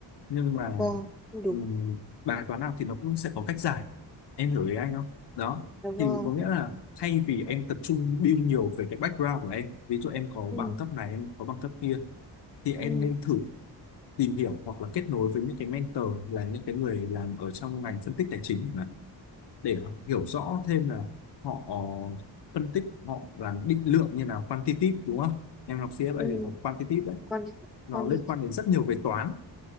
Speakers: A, on the left; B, in the centre.
A: nhưng mà
B: vâng đúng
A: ừm, bài toán nào thì nó cũng sẽ có cách giải em hiểu ý anh không đó
B: dạ
A: thì
B: vâng
A: có nghĩa là thay vì em tập trung build nhiều về cái background của em ví dụ em có
B: ừ,
A: bằng cấp này em có bằng cấp kia thì em
B: ừ,
A: nên thử tìm hiểu hoặc là kết nối với những cái mentor là những cái người làm ở trong ngành phân tích tài chính chẳng hạn, để hiểu rõ thêm là họ phân tích họ làm định lượng như nào quantitative đúng không em học CFA
B: ừ.
A: thì có quantitative đấy
B: con đi
A: nó
B: con
A: liên
B: đi
A: quan đến rất nhiều về toán